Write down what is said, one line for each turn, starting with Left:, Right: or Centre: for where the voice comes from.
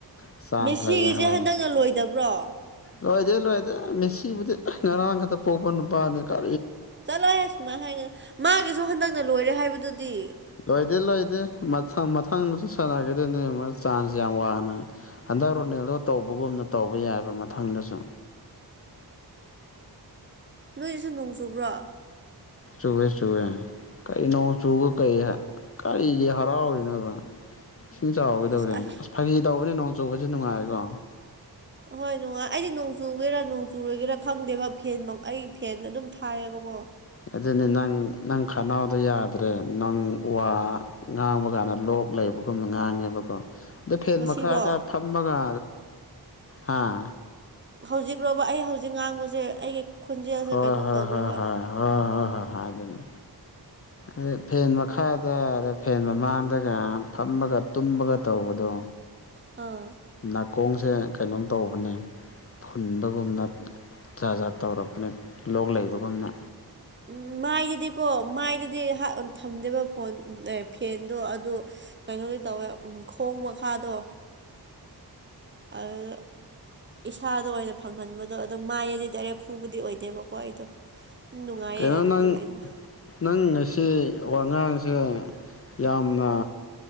Left: ꯆꯥꯟꯁ
Right: ꯃꯦꯁꯤꯒꯤꯁꯦ
Left: ꯂꯩꯌꯦ ꯍꯥꯏꯌꯦ
Right: ꯍꯟꯗꯛꯅ ꯂꯣꯏꯗꯕ꯭ꯔꯣ
Left: ꯂꯣꯏꯗꯦ ꯂꯣꯏꯗꯦ ꯃꯦꯁꯤꯕꯨꯗꯤ ꯉꯔꯥꯡ ꯈꯛꯇ ꯄꯣꯛꯄ ꯅꯨꯄꯥꯅꯦ ꯀ
Right: ꯆꯠꯂꯣꯍꯦ ꯁꯨꯃꯥꯏꯅ ꯍꯥꯏꯅꯨ ꯃꯥꯒꯤꯁꯨ ꯍꯟꯗꯛꯅ ꯂꯣꯏꯔꯦ ꯍꯥꯏꯕꯗꯨꯗꯤ
Left: ꯂꯣꯏꯗꯦ ꯂꯣꯏꯗꯦ ꯃꯊꯪ ꯃꯊꯪꯗꯁꯨ ꯁꯥꯟꯅꯒꯗꯣꯏꯅꯦ ꯃꯥ ꯆꯥꯟꯁ ꯌꯥꯝ ꯋꯥꯡꯅ ꯍꯟꯗꯛ ꯔꯣꯅꯦꯜꯗꯣ ꯇꯧꯕꯒꯨꯝꯅ ꯇꯧꯕ ꯌꯥꯏꯕ ꯃꯊꯪꯗꯁꯨ
Right: ꯅꯣꯏꯗꯁꯨ ꯅꯣꯡ ꯆꯨꯕ꯭ꯔꯥ
Left: ꯆꯨꯋꯦ ꯆꯨꯋꯦ ꯀꯔꯤ ꯅꯣꯡ ꯆꯨꯒ ꯀꯩ ꯀꯔꯤꯒꯤ ꯍꯔꯥꯎꯋꯤꯅꯣꯕ ꯏꯁꯤꯡ ꯆꯥꯎꯒꯗꯧꯔꯦ
Right: ꯑꯁ
Left: ꯑ꯭ꯁ ꯐꯥꯒꯤ ꯇꯧꯕꯅꯦ ꯅꯣꯡ ꯆꯨꯕꯁꯦ ꯅꯨꯡꯉꯥꯏꯀꯣ
Right: ꯍꯣꯏ ꯅꯨꯡꯉꯥꯏ ꯑꯩꯗꯤ ꯅꯣꯡ ꯆꯨꯒꯦꯔꯥ ꯅꯣꯡ ꯆꯨꯨꯔꯣꯏꯒꯦꯔꯥ ꯈꯪꯗꯦꯕ ꯐꯦꯟ ꯃ ꯑꯩ ꯐꯦꯟ ꯑꯗꯨꯝ ꯊꯥꯏ ꯕꯀꯣ
Left: ꯑꯗꯨꯅꯤ ꯅꯪ ꯅꯪ ꯈꯅꯥꯎꯗꯣ ꯌꯥꯗ꯭ꯔꯦ ꯅꯪ ꯋꯥ ꯉꯥꯡꯕ ꯀꯥꯟꯗ ꯂꯣꯛ ꯂꯣꯛ ꯂꯩꯕꯒꯨꯝꯅ ꯉꯥꯡꯉꯦꯕꯀꯣ ꯑꯗꯣ ꯐꯦꯟ
Right: ꯉꯁꯤꯔꯣ
Left: ꯃꯈꯥꯗ ꯐꯝꯃꯒ ꯍꯥꯥ
Right: ꯍꯧꯖꯤꯛꯂꯣꯕ ꯑꯩ ꯍꯧꯖꯤꯛ ꯉꯥꯡꯕꯁꯦ ꯑꯩꯒꯤ ꯈꯣꯟꯖꯦꯜꯁꯦ
Left: ꯍꯣꯏ
Right: ꯀꯩꯅꯣꯝ
Left: ꯍꯣꯏ
Right: ꯇꯧꯕ꯭ꯔꯕ
Left: ꯍꯣꯏ ꯍꯣꯏ ꯍꯣꯏ ꯍꯣꯏ ꯍ ꯍ ꯑꯗꯨꯅꯤ ꯑꯗ ꯐꯦꯟ ꯃꯈꯥꯗ ꯑꯗ ꯐꯦꯟ ꯃꯃꯥꯡꯗꯒ ꯐꯝꯃꯒ ꯇꯨꯝꯕꯒ ꯇꯧꯕꯗꯣ
Right: ꯑ
Left: ꯅꯥꯀꯣꯡꯁꯦ ꯀꯩꯅꯣꯝ ꯇꯧꯕꯅꯦ ꯐꯨꯟꯕꯒꯨꯝꯅ ꯖꯥꯠ ꯖꯥꯠ ꯇꯧꯔꯛꯄꯅꯤ ꯂꯣꯛ ꯂꯩꯕꯒꯨꯝꯅ
Right: ꯎꯝ ꯃꯥꯏꯗꯗꯤꯀꯣ ꯃꯥꯏꯗꯗꯤ ꯊꯝꯗꯦꯕ ꯐꯣꯟ ꯑꯦ ꯐꯦꯟꯗꯣ ꯑꯗꯨ ꯀꯩꯅꯣꯒꯤ ꯩ ꯇꯧꯋꯦ ꯎꯝ ꯈꯣꯡ ꯃꯈꯥꯗꯣ ꯑꯗꯨꯗ ꯏꯁꯥꯗ ꯑꯣꯏꯅ ꯐꯪꯍꯟꯕꯗꯣ ꯑꯗꯨ ꯃꯥꯏꯗꯗꯤ ꯗꯥꯏꯔꯦꯛ ꯐꯨꯕꯗꯤ ꯑꯣꯏꯗꯦꯕꯀꯣ ꯑꯩꯗꯣ ꯅꯨꯡꯉꯥꯏꯌꯦ
Left: ꯀꯩꯅꯣ
Right: ꯑꯗꯨꯗꯤ
Left: ꯅꯪ
Right: ꯑꯩꯗꯤ
Left: ꯅꯪ ꯉꯁꯤ ꯋꯥꯉꯥꯡꯁꯦ ꯌꯥꯝꯅ